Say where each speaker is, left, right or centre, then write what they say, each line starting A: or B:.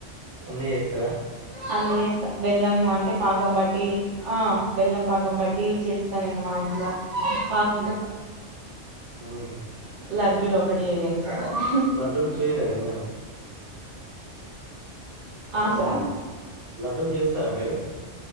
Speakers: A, on the right; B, on the right.
A: అన్నీ చేస్తారా
B: అన్నీ చేస్తా బెల్లం అంటే పాకం బట్టి ఆ బెల్లం పాకం బట్టి టీ చేస్తా నేను మా ఇంట్లో కాకుంటే ఒక
A: మ్
B: లడ్డులోకటి చేయలేను సార్ అది
A: లడ్డూలు చేయలేరా మేడం
B: ఆ
A: అవునా
B: సార్
A: లడ్డూలు చేస్తారా మీరు